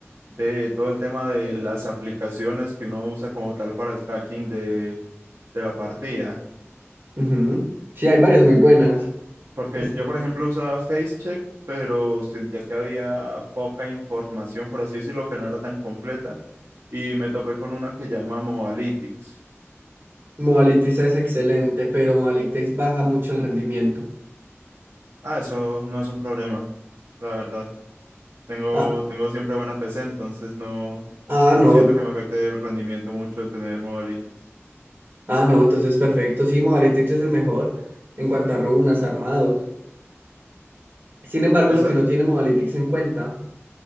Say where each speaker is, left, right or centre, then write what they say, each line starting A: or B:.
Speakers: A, on the right; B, on the right.
A: de todo el tema de las aplicaciones que uno usa como tal para el tracking de, de la partida.
B: Ujú. Sí, hay varias muy buenas.
A: Porque
B: Es-
A: yo, por ejemplo, usaba FaceCheck, pero sentía que había poca información, por así decirlo, que no era tan completa. Y me topé con una que llama Mobalytics.
B: Modalities es excelente, pero Modalities baja mucho el rendimiento.
A: Ah, eso no es un problema, la verdad. Tengo,
B: Ah,
A: tengo siempre buena PC, entonces no,
B: ah, no.
A: no siento que me afecte el rendimiento mucho el tener Modalytics.
B: Ah, no, entonces perfecto. Sí, Modalities es el mejor en cuanto a runas, armados. Sin embargo,
A: Esa,
B: lo que no tiene Modalities en cuenta